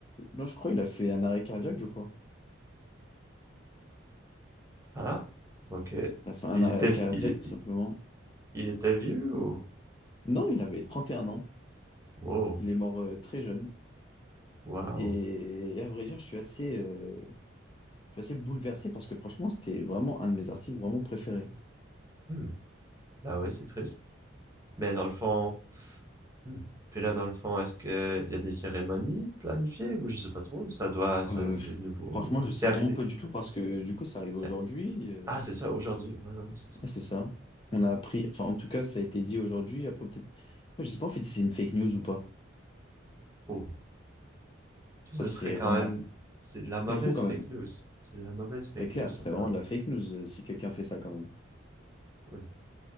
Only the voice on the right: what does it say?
Ah, ok. Mais
il
était,
il, est-
il était vieux ou...
Wow,
wow.
Hmm. Bah oui, c'est triste. Mais dans le fond... hmm. Puis là, dans le fond, est-ce que il y a des cérémonies planifiées ou je sais pas trop? Ça doit... Ça,
c'est nouveau ou...
C'est arrivé.
C'est-
Ah, c'est ça, aujourd'hui. Ouais, ouais, c'est ça.
Oh. Ça,
ce
serait quand
même... C'est de la
mauvaise
fake
news. C'est de la mauvaise fake
news, ça,
quand
même.
Ouais.